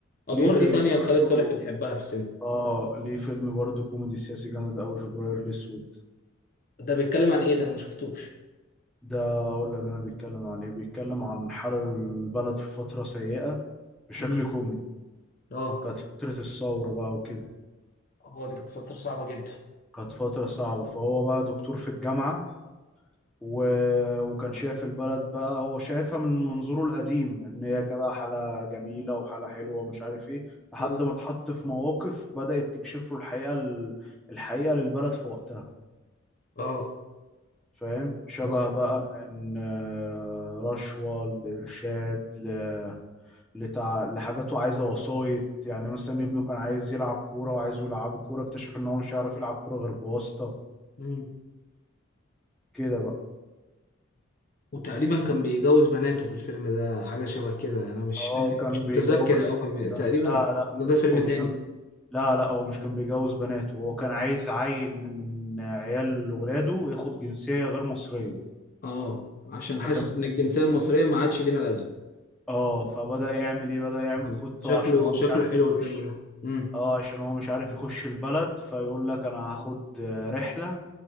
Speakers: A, on the left (about 40°); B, in the centre.
A: ادوار
B: ليه فيلم
A: ايه تانية
B: برضو
A: لخالد صالح بتحبها في السينما
B: اه ليه فيلم برضو كوميدي سياسي جامد قوي فبراير الاسود
A: ده بيتكلم عن ايه ده انا ما شفتوش
B: ده اقول لك انا بيتكلم عن ايه بيتكلم عن حال البلد في فترة سيئة بشكل
A: مم.
B: كوميدي
A: اه
B: كانت فترة الثورة بقى وكده
A: هو دي كانت فترة صعبة جدا
B: كانت فترة صعبة فهو بقى دكتور في الجامعة و... وكان شايف البلد بقى هو شايفها من منظوره القديم ان هي بقى حالة جميلة وحالة حلوة ومش عارف ايه لحد
A: اه
B: ما اتحط في مواقف بدأت تكشف له الحقيقة ال... الحقيقة للبلد في وقتها
A: اه
B: فاهم شبه
A: اه
B: بقى من آه، رشوة لإرشاد ل... لتع... لحاجاته عايزة وسايط يعني مثلا ابنه كان عايز يلعب كورة وعايزه يلعبه كورة اكتشف ان هو مش هيعرف يلعب كورة غير بواسطة
A: مم.
B: كده بقى
A: وتقريبا كان بيجوز بناته في الفيلم ده حاجة شبه كده أنا مش
B: اه
A: فاكر
B: كان
A: مش
B: بيجوز
A: متذكر أوي تقريبا
B: لا لا
A: ولا ده فيلم
B: هو
A: تاني
B: مش كان لا لا هو مش كان بيجوز بناته هو كان عايز عيل من عيال ولاده ياخد جنسية غير مصرية
A: أه عشان حاسس
B: فكان بي-
A: إن الجنسية المصرية ما عادش ليها لازمة
B: اه فبدأ يعمل ايه بدأ يعمل
A: مم.
B: خطة
A: شكله
B: عشان هو
A: شكله
B: مش عارف
A: حلو
B: يخش
A: الفيلم ده مم.
B: اه عشان هو مش عارف يخش البلد فيقول لك انا هاخد آه، رحلة